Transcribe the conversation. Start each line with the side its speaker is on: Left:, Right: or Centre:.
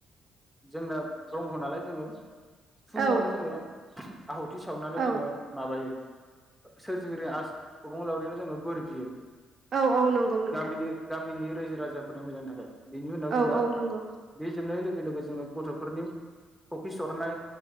Centre: जोंना ब्रह्म नालाय जोङो फुङावनो
Right: औ
Centre: जोङो आहुथि सावनानै
Right: औ
Centre: जोङो माबायो सोरजिगिरि आस अबं लावरिनि जोङो बोर बियो।
Right: औ औ नंगौ नोंथां।
Centre: गामिनि गामिनि रायजो राजाफोरनि मोजांनि थाखाय। बेनि उनाव जोङो
Right: औ औ नंगौ
Centre: बे जोबनाय लोग लोगो लोगो जोङो गथ'फोरनि कफिस हरनाय